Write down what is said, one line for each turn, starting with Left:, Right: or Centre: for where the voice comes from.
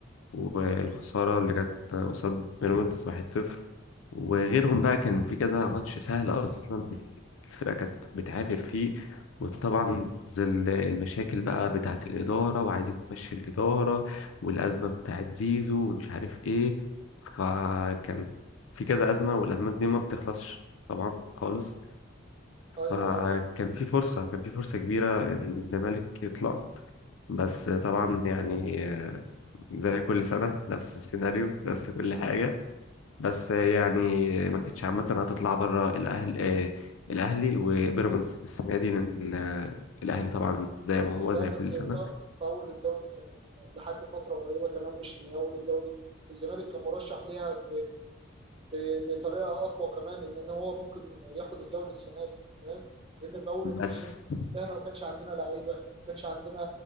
Left: والخسارة اللي جت قصاد بيراميدز واحد صفر وغيرهم بقى كان في كذا ماتش سهل اصلا الفرقه كانت بتعافر فيه وطبعا ظل المشاكل بقى بتاعه الاداره وعايزين نمشي الاداره والازمه بتاعه زيزو ومش عارف ايه فكان في كذا ازمه والازمات دي ما بتخلصش طبعا خالص
Right: ايوه
Left: فكان في فرصه كان في فرصه كبيره ان الزمالك يطلع بس طبعا يعني آه، زي كل سنه نفس السيناريو نفس كل حاجه بس يعني ما كانتش عامة هتطلع بره الأهل آه، الأهلي وبيراميدز السنة دي لأن آه، الأهلي طبعا زي ما هو
Right: لا
Left: زي
Right: بس
Left: كل سنة
Right: ف- في أول الدوري كان لحد فترة قريبة كمان مش من أول الدوري الزمالك كان مرشح ليها ب... ب... بطريقة أقوى كمان لأن هو ممكن ياخد الدوري السنة دي فاهم لأن في أول
Left: بس
Right: الموسم إحنا ما كانش عندنا لعيبة ما كانش عندنا